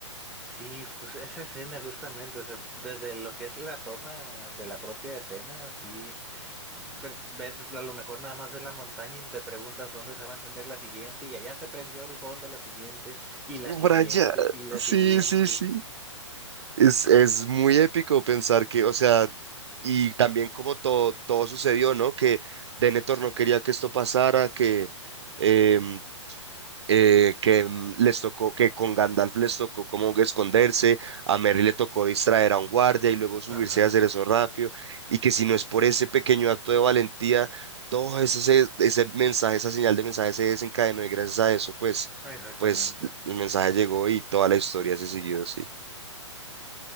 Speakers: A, in the centre; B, on the right.
A: sí, pues esa escena justamente, o sea, desde lo que es la toma de la propia escena, sí, ve- ves, a lo mejor nada más ves la montaña y te preguntas dónde se va a encender la siguiente, y allá se prendió el fondo la siguiente, y la
B: Brian,
A: siguiente, y la
B: sí,
A: siguiente.
B: sí, sí. Es, es muy épico pensar que, o sea, y también como todo, todo sucedió, ¿no? Que Denethor no quería que esto pasara, que em, eh, que mm, les tocó, que con Gandalf les tocó como que esconderse, a Merry le tocó distraer a un guardia y luego subirse
A: Ajá,
B: a hacer eso rápido, y que si no es por ese pequeño acto de valentía, todo eso se- ese mensaje, esa señal de mensaje se desencadenó y gracias a eso, pues,
A: exactamente.
B: pues el mensaje llegó y toda la historia se siguió así.